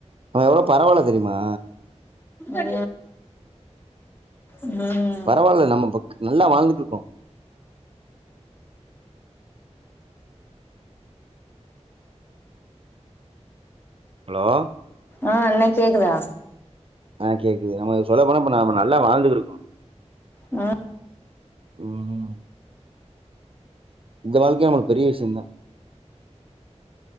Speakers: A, on the right; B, on the left.
A: நம்ம எவ்ளோ பரவல தெரிமா
B: <inaudible> ம் ம்
A: பரவால்ல நம்ம இப்ப நல்லா வாழ்ந்துட் இருக்கோ ஹலோ
B: அ அண்ணே கேக்குதா
A: அ கேக்குது நம்ம சொல்ல போன <unintelligible> நம்ம நல் லா வாழ்ந்துகிருக்கோ
B: ம்
A: உம் இந்த வாழ்க்கயே நம்மளுக்கு பெரிய விஸியு தா